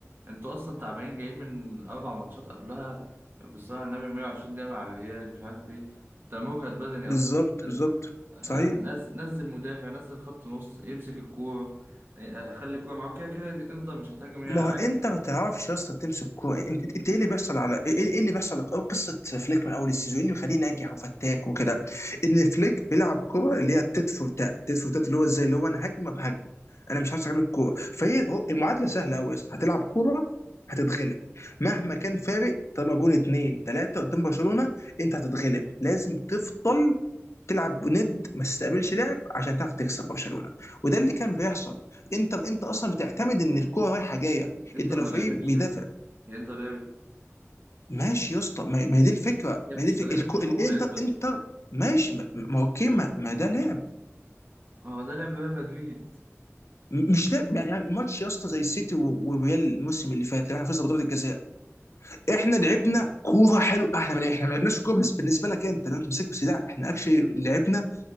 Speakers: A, on the right; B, on the left.
A: انتوا اصلا تعبانين جايين من اربع ماتشات قبلها بالصلاه على النبي 120 دقيقه مع الريال مش عارف ايه انت مجهد بدني
B: بالظبط
A: اصلا
B: بالظبط
A: آه،
B: صحيح
A: نز- نزل مدافع نزل خط نص يمسك الكوره آه، خلي الكوره معاك كده كده انتر مش هتهاجم هي
B: ما
A: عادي
B: هو انت ما تعرفش يا اسطى تمسك كوره انت انت ايه اللي بيحصل على ايه ايه اللي بيحصل او قصه فليك من اول السيزون ايه اللي مخليه ناجح وفتاك وكده ان فليك بيلعب كوره اللي هي تيت فور تات تيت فور تات اللي هو ازاي اللي هو انا هجمه بهجمه انا مش همسك عليك الكوره فهي هو- المعادله سهله قوي يا اسطى هتلعب كوره هتتغلب مهما كان فارق طالما جون اتنين تلاته قدام برشلونه انت هتتغلب لازم تفضل تلعب ند ما تستقبلش لعب عشان تعرف تكسب برشلونه وده اللي كان بيحصل انت انت اصلا بتعتمد ان الكوره رايحه جايه
A: انتر
B: انت لو
A: ما
B: فريق
A: لعبتش
B: بيدافع
A: يا ابني هي انتر لعبت
B: ماشي يا اسطى ما ما هي دي الفكره
A: هي بتستغل
B: ما هي دي الفكره الكو...
A: التحولات
B: الانتر
A: بس
B: انتر ماشي ما ما هو اوكي ما, ما ده لعب
A: ما هو ده لعب ريال مدريد
B: م- مش لعب يعني يعني ماتش يا اسطى زي السيتي و- والريال الموسم اللي فات لما احنا فزنا بضربه الجزاء احنا لعبنا كوره حلوه احنا ما لعب- احنا ما لعبناش كوره بالنسبه لك انت لو انت مسكت بس لا احنا اكشلي لعبنا